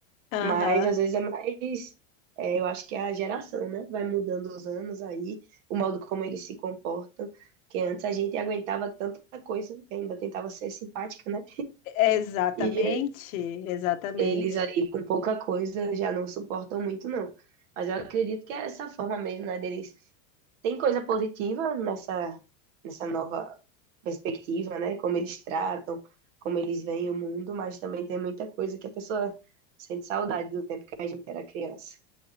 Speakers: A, on the left; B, on the right.
A: Aham.
B: Mas às vezes é mais, é, eu acho que é a geração, né? Vai mudando os anos aí, o modo como eles se comportam. Que antes a gente aguentava tanta coisa, ainda tentava ser simpática, né?
A: Exatamente,
B: E
A: exatamente.
B: eles aí com pouca coisa já não suportam muito, não. Mas eu acredito que é essa forma mesmo, né, deles. Tem coisa positiva nessa, nessa nova perspectiva, né? Como eles tratam, como eles veem o mundo, mas também tem muita coisa que a pessoa sente saudade do tempo que a gente era criança.